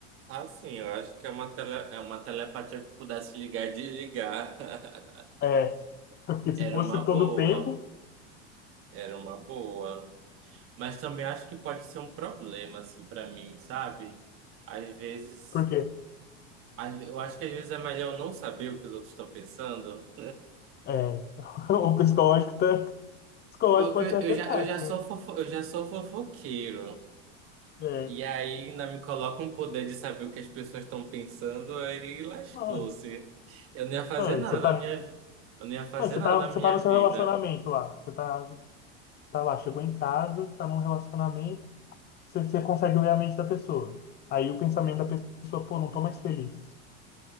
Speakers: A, on the right (about 40°); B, on the left (about 30°).
A: Assim, eu acho que é uma, tele, é uma telepatia que pudesse ligar e desligar. <laughs>
B: É, <laughs> porque
A: Era
B: se fosse
A: uma
B: todo
A: boa,
B: o tempo,
A: era uma boa. Mas também acho que pode ser um problema, assim, pra mim, sabe? Às vezes,
B: por quê?
A: às- eu acho que às vezes é melhor eu não saber o que os outros estão pensando.
B: É, <laughs> o psicológico, tá, o psicológico
A: Porque
B: pode ser
A: eu
B: afetado.
A: já, eu já sou
B: né?
A: fofo, eu já sou fofoqueiro.
B: É,
A: E aí ainda me coloca um poder de saber o que as pessoas estão pensando, aí lascou-se.
B: não,
A: Eu não ia fazer
B: não,
A: nada
B: você tá,
A: na minha, vi- eu não ia fazer
B: não, você
A: nada
B: tá, você
A: na minha
B: tá no seu
A: vida.
B: relacionamento lá, você tá tá lá, chegou em casa, tá num relacionamento, você, você consegue ler a mente da pessoa. Aí o pensamento da pessoa, pô, não tô mais feliz.